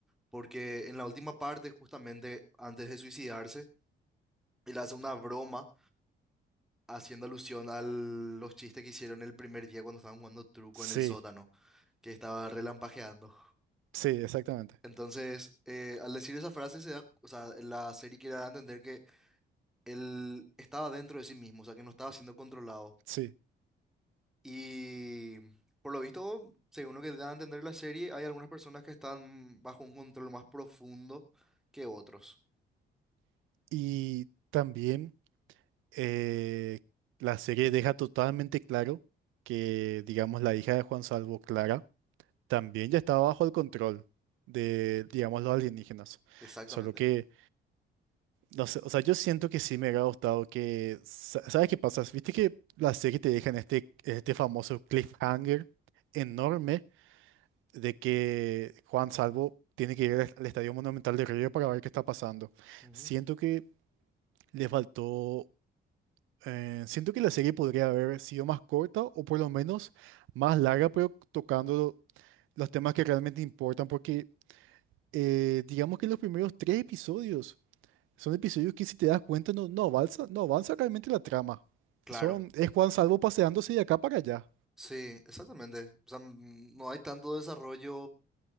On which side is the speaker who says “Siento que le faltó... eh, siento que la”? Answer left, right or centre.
Right